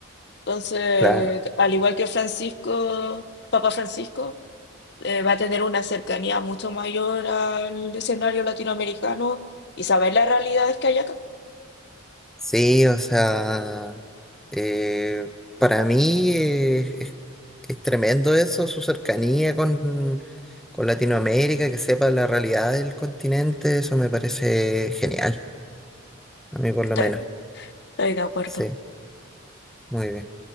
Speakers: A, on the left; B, in the centre.
A: Entonces,
B: claro.
A: al igual que Francisco, Papa Francisco, eh, va a tener una cercanía mucho mayor al escenario latinoamericano y saber las realidades que hay acá.
B: Sí, o sea, eh, para mí eh, es, es tremendo eso, su cercanía con, con Latinoamérica, que sepa la realidad del continente, eso me parece genial. A mí por
A: Estoy,
B: lo menos.
A: estoy de acuerdo.
B: Sí, muy bien.